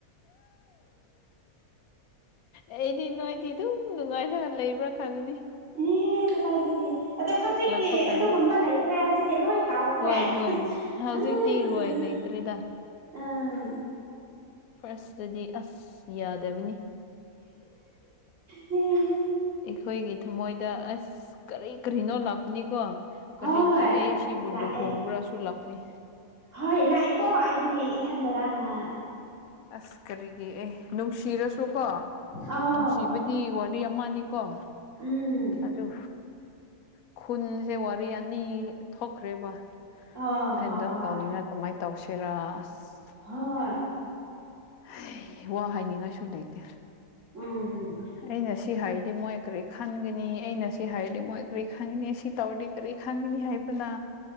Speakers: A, on the left; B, on the right.
A: ꯑꯩꯗꯤ ꯅꯣꯏꯗ ꯑꯗꯨꯝ ꯅꯨꯡꯉꯥꯏꯅ ꯂꯩꯕ꯭ꯔꯥ ꯈꯟꯕꯅꯤ
B: ꯑꯦ ꯀꯗꯥꯏꯒꯤ ꯑꯗ ꯍꯧꯖꯤꯛꯇꯤ
A: ꯂꯥꯛꯄ ꯀꯥꯟꯗ
B: ꯑꯗꯨꯒꯨꯝꯕ ꯂꯩꯇ꯭ꯔꯦ ꯍꯧꯖꯤꯛꯇꯤ ꯂꯣꯏ ꯀꯥꯎꯈ꯭ꯔꯦ
A: ꯍꯣꯏ ꯍꯣꯏ ꯍꯧꯖꯤꯛꯇꯤ
B: ꯑꯗꯨꯗꯨꯒꯤ
A: ꯍꯣꯏ ꯂꯩꯇ꯭ꯔꯤꯗ
B: ꯑꯥ
A: ꯐꯥꯔ꯭ꯁꯇꯗꯤ ꯑꯁ ꯌꯥꯗꯕꯅꯤ
B: ꯎꯝ
A: ꯑꯩꯈꯣꯏꯒꯤ ꯊꯥꯃꯣꯏꯗ ꯑꯁ ꯀꯔꯤ ꯀꯔꯤꯅꯣ ꯂꯥꯛꯄꯅꯤꯀꯣ ꯀꯔꯤꯒꯤ
B: ꯍꯣꯏ
A: ꯑꯩ ꯁꯤꯕꯨ
B: ꯂꯥꯛꯑꯦ
A: ꯂꯨꯍꯣꯡꯕ꯭ꯔꯥꯁꯨ ꯂꯥꯛꯇꯅꯤ
B: ꯍꯣꯏ ꯂꯥꯛꯏꯀꯣ ꯑꯩꯗꯤ ꯏꯊꯟꯇꯔꯥꯅ
A: ꯑꯁ ꯀꯔꯤꯒꯤ ꯑꯦ ꯅꯨꯡꯁꯤꯔꯁꯨ ꯀꯣ
B: ꯑꯥꯎ
A: ꯅꯨꯡꯁꯤ ꯗꯤ ꯋꯥꯔꯤ ꯑꯃꯅꯤꯀꯣ
B: ꯎꯝ
A: ꯑꯗꯨ ꯈꯨꯟꯁꯦ ꯋꯥꯔꯤ ꯑꯅꯤ ꯊꯣꯛꯈ꯭ꯔꯦꯕ꯫
B: ꯑ
A: ꯗꯨ ꯍꯦꯟꯗꯜ
B: ꯍꯣꯏ ꯍꯣꯏ
A: ꯇꯧꯅꯤꯡꯉꯥꯢ ꯀꯃꯥꯏ ꯇꯧꯁꯤꯔꯥ ꯑꯁ
B: ꯍꯣꯏ
A: ꯍꯩ ꯋꯥ ꯍꯥꯏꯅꯤꯡꯉꯥꯏꯁꯨ ꯂꯩꯇꯦ꯫
B: ꯎꯝ
A: ꯑꯩꯅ ꯁꯤ ꯍꯥꯏꯔꯗꯤ ꯃꯣꯏ ꯀꯔꯤ ꯈꯟꯒꯅꯤ ꯑꯩꯅ ꯁꯤ ꯍꯥꯏꯔꯗꯤ ꯃꯣꯏ ꯀꯔꯤ ꯈꯟꯒꯅꯤ ꯁꯤ ꯇꯧꯔꯗꯤ ꯀꯔꯤ ꯈꯪꯉꯤꯅꯤ ꯍꯥꯏꯕꯅ꯫